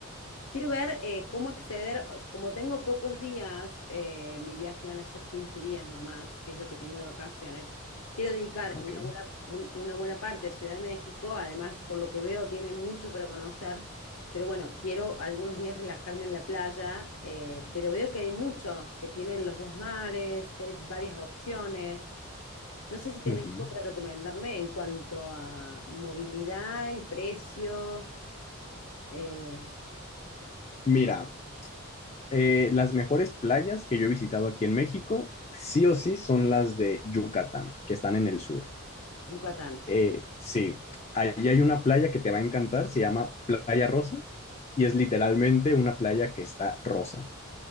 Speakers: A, on the left (about 80°); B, on the left (about 30°).
A: Quiero ver eh, cómo acceder, o s- como tengo pocos días, eh, mi viaje van a ser 15 días nomás, que es lo que tengo de vacaciones. Quiero dedicar
B: Ok.
A: una buena, un- una buena parte a Ciudad de México, además, por lo que veo, tiene mucho para conocer, pero bueno, quiero algunos días relajarme en la playa, eh, pero veo que hay muchos, que tienen los dos mares, que hay varias opciones. No sé si tenés
B: Ujú.
A: algo para recomendarme en cuanto a movilidad y precio. eh,
B: Mira, eh, las mejores playas que yo he visitado aquí en México, sí o sí, son las de Yucatán, que están en el sur.
A: Yucatán,
B: Eh, sí, allí hay una playa que te va a encantar, se llama Playa Rosa, y es literalmente una playa que está rosa.